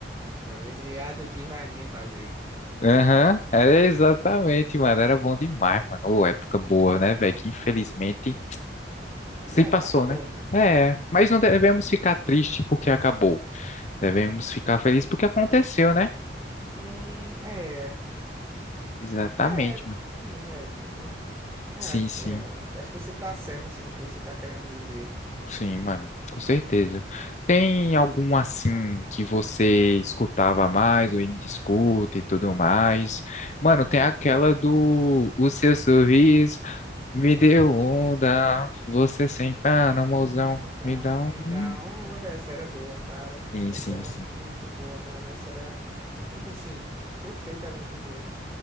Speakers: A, on the right (about 15°); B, on the left (about 40°).
A: Esse viado que vai me fazer
B: Aham,
A: cantar.
B: é exatamente, mano. Era bom demais, mano. Ô, época boa, né, velho? Que infelizmente
A: Mo-
B: se passou,
A: Acabou,
B: né?
A: né?
B: É, mas não devemos ficar triste porque acabou. Devemos ficar felizes porque aconteceu, né?
A: Hum, é.
B: Exatamente,
A: É.
B: mano.
A: Hum, é, tipo. É,
B: Sim,
A: acho
B: sim,
A: que é. Acho que você tá certo, assim, no que você tá querendo dizer.
B: sim, mano. Com certeza. Tem algum assim que você escutava mais ou ainda escuta e tudo mais? Mano,
A: Hum,
B: tem aquela do O Seu Sorriso. Me deu onda, você sem par, não, mozão,
A: conclusão.
B: me dá
A: Me dá
B: um.
A: onda. Essa era boa, cara.
B: Sim,
A: Essa
B: sim,
A: era
B: sim.
A: muito boa, mano. Essa era, tipo assim, perfeitamente boa.